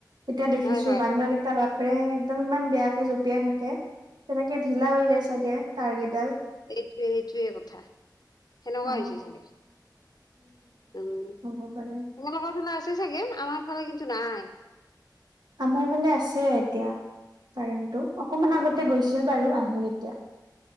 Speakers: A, on the right; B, on the left.
A: এতিয়া দেখিছো
B: হয় হয়
A: বান্দৰকেইটা বাপেৰে একদম ইমান বেয়াকে জঁপিয়াই থাকে। তেনেকে ঢিলা হৈ যায় চাগে তাটাৰ গেডাল।
B: সেইটোৱে সেইটোৱে কথা সেনেকুৱা
A: অ'
B: হৈছে চাগে। উম
A: হ'ব পাৰে।
B: তোমালোকৰ ফালে আছে চাগে আমাৰ ফালে কিন্তু নাই।
A: আমাৰ ফালে আছে এতিয়া কাৰাৰেণ্টো অকমান আগতে
B: আহ
A: গৈছিল বাৰু আহে। এতিয়া